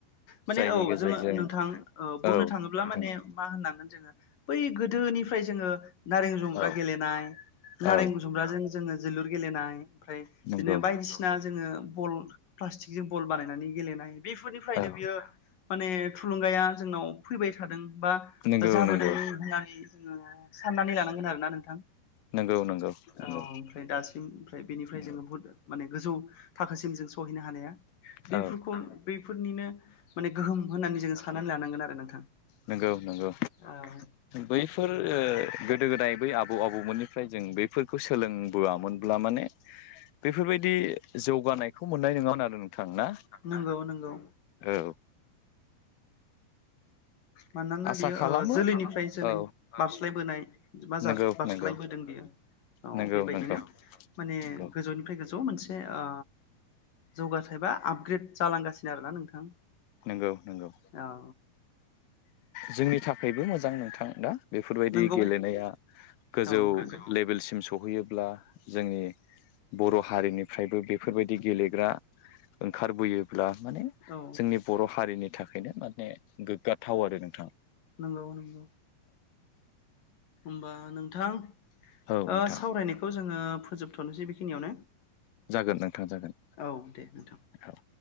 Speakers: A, on the left; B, on the left.
A: माने
B: जायनि
A: औ।
B: गेजेरजों
A: जोङो नोंथां ओ बुंनो
B: औ
A: थाङोब्ला माने
B: नोंथां
A: मा होननांगोन जोङो बै गोदोनिफ्राय जोङो नारें जुमब्रा
B: औ
A: गेलेनाय नारें
B: औ
A: गुसुमब्राजों जोङो जोलुर गेलेनाय ओमफ्राय
B: नंगौ
A: बिदिनो बायदिसिना जोङो बल पस्टिक जों बल बानायनानै गेलेनाय बेफोरनिफ्रायनो
B: औ
A: बियो माने थुलुंगाया जोंनाव फैबाय थादों बा
B: नंगौ
A: जाबोदों
B: नंगौ
A: होननानै जोङो जानांगोन आरो ना नोंथां।
B: नंगौ नंगौ नंगौ
A: औ ओमफ्राय दासिम ओमफ्राय बेनिफ्राय
B: नंगौ
A: जोङो बुहुद माने गोजौ थाखोसिम जों सहैनो हानाया बेफोरखौ
B: औ
A: बेफोरनिनो माने गोहोम होननानै जोंङो साननानै लानांगोन आरो नोंथां।
B: नोंगौ नोंगौ
A: औ
B: बैफोर ओ गोदो गोदाय बै आबौ आबौमोननिफ्राय जों बैफोरखौ सोलोंबोयामोनब्ला माने बेफोरबायदि जौगानायखौ मोननाय नङामोन आरो नोंथां ना?
A: नंगौ नंगौ
B: औ।
A: मानोना
B: आसा
A: बेयो
B: खालामो
A: ओ जोलैनिफ्राय जोलै
B: औ
A: बारस्लायबोनाय बा जार
B: नंगौ
A: बारस्लायबोदों
B: नंगौ
A: बियो औ
B: नंगौ
A: बेबायदिनो
B: नंगौ
A: माने
B: नंगौ
A: गोजौनिफ्राय गोजौ माबा मोनसे ओ जौगाथाय बा आपग्रेद जालांगासिनो आरो ना नोंथां।
B: नोंगौ नोंगौ।
A: औ
B: जोंनि थाखायबो मोजां नोंथां दा बेफोरबायदि
A: नंगौ
B: गेलेनाया।
A: औ
B: गोजौ
A: नंगौ
B: लेभेलसिम सौहैयोब्ला जोंनि बर' हारिनिफ्रायबो बेफोरबायदि गेलेग्रा ओंखारबोयोब्ला माने
A: औ
B: जोंनि बर' हारिनि थाखायनो माने गोग्गाथाव आरो नों
A: नोंगौ नोंगौ। होमबा नोंथां ओ
B: औ नोंथां
A: सावरायनायखौ जों ओ फोजोबथ'नोसै बेखिनियावनो।
B: जागोन नोंथां जागोन
A: औ दे नोंथां।
B: थां